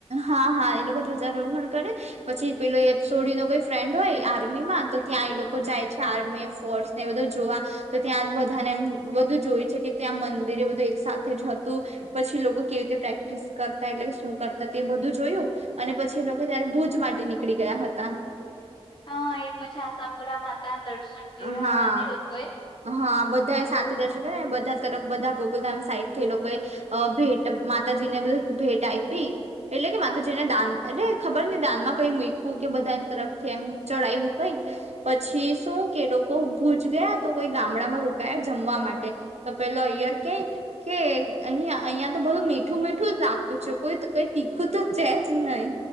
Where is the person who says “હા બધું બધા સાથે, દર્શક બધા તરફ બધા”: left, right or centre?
Right